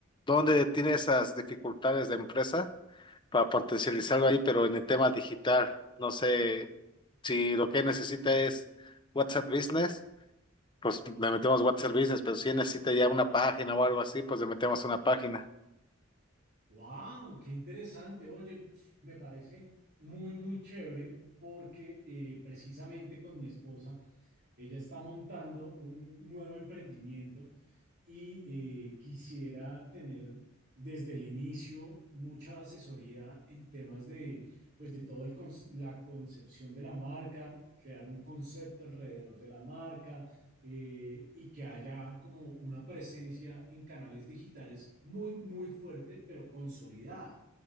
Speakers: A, on the left; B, on the right.
A: dónde tiene esas dificultades de empresa para potencializarlo ahí, pero en el tema digital, no sé si lo que necesita es WhatsApp Business, pues le metemos WhatsApp Business, pero si necesita ya una página o algo así, pues le metemos una página.
B: Wow, qué interesante. Oye, me parece muy, muy chévere porque eh, precisamente con mi esposa, ella está montando un nuevo emprendimiento y eh, quisiera tener desde el inicio mucha asesoría en temas de, pues, de todo el cons- la concepción de la marca, crear un concepto alrededor de la marca, eh, y que haya como una presencia en canales digitales muy, muy fuerte, pero consolidada.